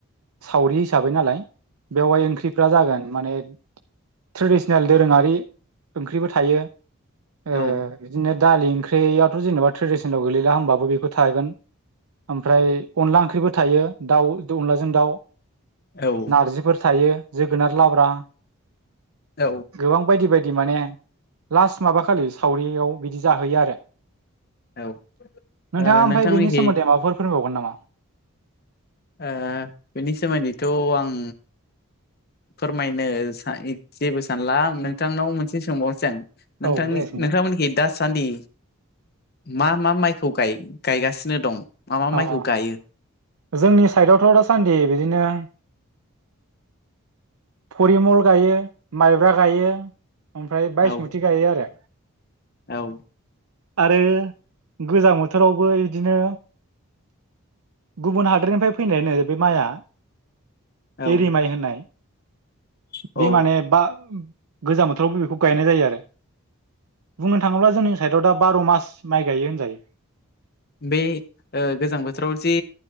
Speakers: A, on the right (about 80°); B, on the left (about 45°).
A: सावरि हिसाबै नालाय बेवहाय ओंख्रिफ्रा जागोन माने ट्रेडिसनेल दोरोंङारि ओंख्रिबो थायो ओ
B: औ
A: बिदिनो दालि ओंख्रियाथ जेनेबा ट्रेडिसनेलाव गोलैला, होनोमबाबो बेखौ थागोन ओमफ्राय अनला ओंख्रिबो थायो, दाउ, अनलाजों दाउ,
B: औ
A: नारजिफोर थायो, जोगोनार लाब्रा
B: औ
A: गोबां बायदि बायदि माने लास्ट माबा खालि सावरियाव बिदि जाहोयो आरो
B: औ
A: नोंथाङा
B: ओ
A: ओमफ्राय
B: नोंथांमोननिखै
A: बेनि सोमोन्दै माबाफोर फोरमायबावगोन नामा
B: ओ बेनि सोमोन्दैथ' आं फोरमायनो जेबो सानला नोंथांनाव मोनसे सोंबावनोसै आं नोंथांनि
A: औ दिनै सोंलाय
B: नोंथांमोनिखि दासान्दि मा मा माइखौ गाय गायगासिनो दं मा मा
A: अ'
B: माइखौ गायो?
A: जोंनि साइदआवथ दासान्दि बिदिनो फरिमल गायो माइब्रा गायो ओमफ्राय बायसमुथि
B: औ
A: गायो आरो
B: औ
A: आरो गोजां बोथोरावबो बिदिनो गुबुन हादोरनिफ्राय फैनायानो बे माइआ
B: औ
A: एरिमाइ होननाय
B: औ
A: बे माने बा गोजां बोथोरावबो बेखौ गायनाय जायो आरो बुंनो थाङोब्ला जोंनि साइडआव दा बार मास माइ गायो होनजायो
B: बे ओ गोजां बोथोराव जि